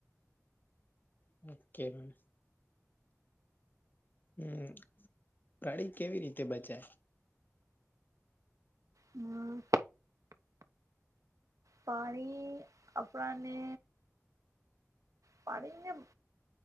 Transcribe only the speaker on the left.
Okay, ma'am. હમ, પ્રાડી કેવી રીતે બચાય?